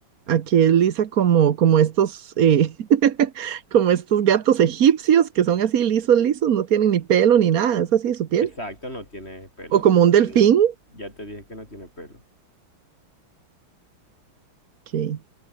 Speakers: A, on the right; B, on the left.
A: Aquí es lisa como, como estos, eh, <laughs> como estos gatos egipcios que son así lisos, lisos, no tienen ni pelo ni nada, es así su piel.
B: Exacto, no tiene pelo.
A: O como
B: Ya
A: un delfín,
B: te dije, ya te dije que no tiene pelo.
A: que,